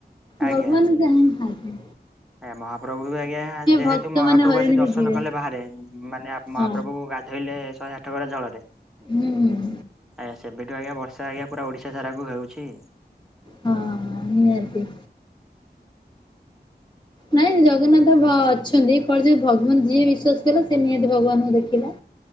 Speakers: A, in the centre; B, on the left.
A: ଆଜ୍ଞା
B: ଭଗବାନ୍ ଜାଣିଥାନ୍ତି।
A: ଆଜ୍ଞା ମହାପ୍ରଭୁୁ ବି ଆଜ୍ଞା ଯେହେତୁ
B: ଭକ୍ତ
A: ମହାପ୍ରଭୁ
B: ମାନେ ହଇରାଣ
A: ଆସି ଦର୍ଶନ
B: ହେଇଯିବେ।
A: କଲେ ବାହାରେ ମାନେ ଆ-
B: ହଁ
A: ମହାପ୍ରଭୁଙ୍କୁ ଗା ଧେଇଲେ ଶହେ ଆଠ ଗରା ଜଳରେ
B: ହୁଁ- ହୁଁ।
A: ଆଜ୍ଞା ସେବେଠୁ ଆଜ୍ଞା ବର୍ଷା ଆଜ୍ଞା ପୁରା ଓଡିଶା ସାରାକୁ ହେଉଛି।
B: ହଁ- ହଁ ନିହାତି। ନାଇଁ ଜଗନ୍ନାଥ ଭ- ଅଛନ୍ତି କଳି ଯୁଗ ଭଗବାନ ଯିଏ ବିଶ୍ଵାସ କଲା ସେ ନିହାତି ଭଗବାନଙ୍କୁ ଦେଖିଲା।